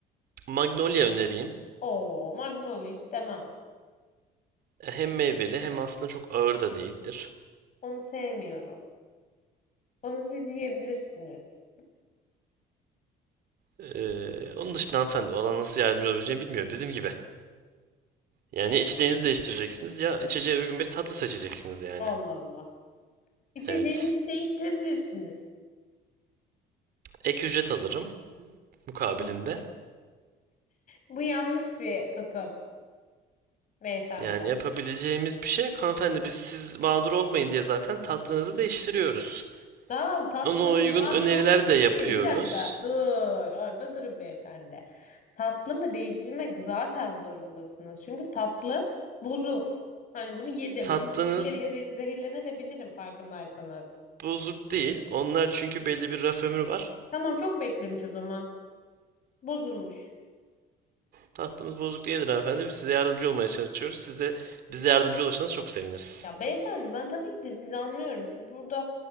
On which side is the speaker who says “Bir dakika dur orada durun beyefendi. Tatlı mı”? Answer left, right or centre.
Left